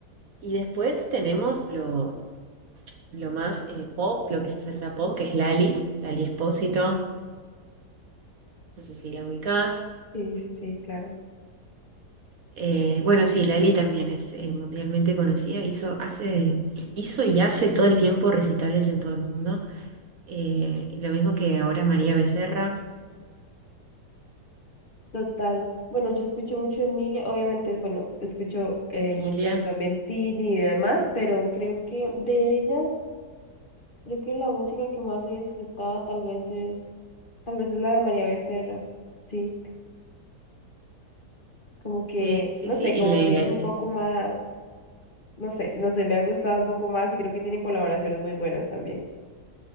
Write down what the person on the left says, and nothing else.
Sí, sí, sí, claro.
Total. Bueno, yo escucho mucho Emilia, obviamente, bueno, escucho eh,
mucho también Tini y demás, pero creo que de ellas, creo que la música que más he disfrutado tal vez es, tal vez es la de María Becerra. Sí, como que,
no
sé,
como
que
es un
poco más, no sé, no sé, me ha gustado un poco más y creo que tiene colaboraciones muy buenas también.